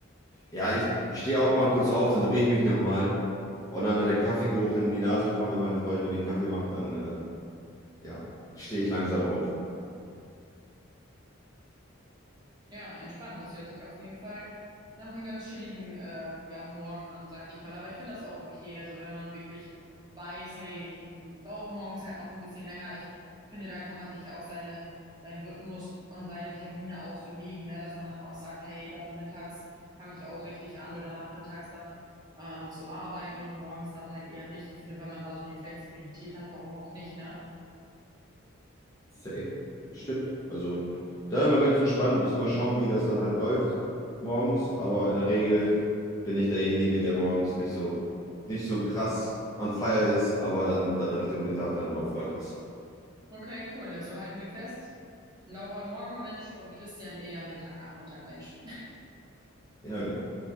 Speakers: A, on the left; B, on the right.
A: ja, ich stehe auch mal kurz auf, dann drehe ich mich nochmal. Und dann, wenn der Kaffeegeruch in die Nase kommt, wenn meine Freundin mir den Kaffee macht, dann äh, Ja, stehe ich langsam auf.
B: Ja, entspannt. Das hört sich auf jeden Fall nach einem ganz chilligen äh, ja, Morgen an, sag ich mal. Aber ich finde das auch okay. Also wenn man wirklich weiß, hey, ich brauche morgens halt noch ein bisschen länger. Ich finde, dann kann man sich ja auch seine, seinen Rhythmus und seine Termine auch so legen, ne? Dass man dann auch sagt, hey, dann mittags fange ich auch richtig an oder nachmittags dann ähm, zu arbeiten und morgens dann halt eher nicht. Ich finde, wenn man da so die Flexibilität hat, warum auch nicht, ne?
A: Safe. Das stimmt. Also da immer ganz entspannt. Müssen wir mal schauen, wie das dann halt läuft morgens. Aber in der Regel bin ich derjenige, der morgens nicht so, nicht so krass on fire ist, aber dann, dann Richtung Mittag dann immer Vollgas.
B: Okay, cool. Also halten wir fest, Laura Morgenmensch und Christian eher Mittag-Nachmittag-Mensch.
A: Ja, genau.